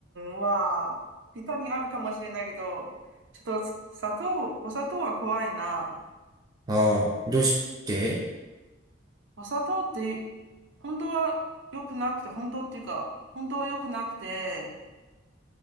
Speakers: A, on the right (about 65°); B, on the right (about 20°).
A: ンは、ビタミンあるかもしれないけど、ちょっとさ砂糖、お砂糖は怖いな。
B: ああ、どうして
A: お砂糖って、本当は良くなくて、本当っていうか、本当は良くなくて、